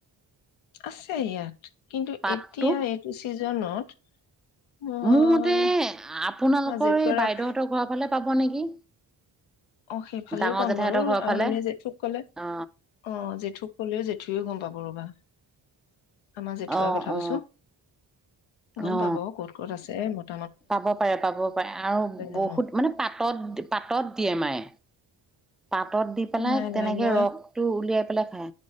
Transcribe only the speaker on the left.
আছে ইয়াত কিন্তু
এতিয়া এইটো ছিজনত। মই
মই জেঠুৰাক
অ সেইফালেও
পাম
বাৰু
আৰু
এনে জেঠুক ক'লে
অ জেঠুক কলেও জেঠু তেওঁ গম পাব ৰবা আমাৰ জেঠুৱা
কথা
কৈছো গম
পাব ক'ত ক'ত আছে। হে ম
অ
নাই
নাই মই